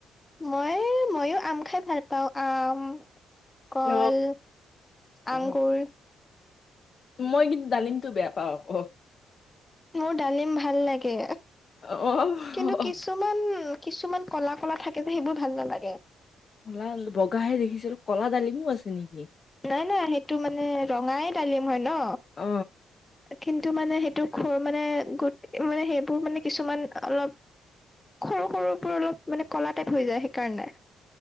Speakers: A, on the left; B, on the left.
A: মই ময়ো আম খাই ভাল পাওঁ আম কল।
B: অ অ
A: আংঙুৰ
B: মই কিন্তু ডালিমতটো বেয়া পাওঁ আকৌ
A: মোৰ ডালিম ভাল লাগে
B: অ
A: কিন্তু
B: অ,
A: কিছুমান কিছুমান কলা কলা থাকে যে সেইবোৰ ভাল নালাগে।
B: কলা বগাহে দেখিছিলো কলা ডালিমো আছে নেকি।
A: নাই নাই সেইটো মানে ৰঙাই ডালিম হয় ন
B: অ
A: কিন্তু মানে সেইটো খৰ মানে গো মানে সেইবোৰ মানে কিছুমান অলপ সৰু সৰুবোৰ অলপ মানে ক'লা টাইপ হৈ যায় সেইকাৰণে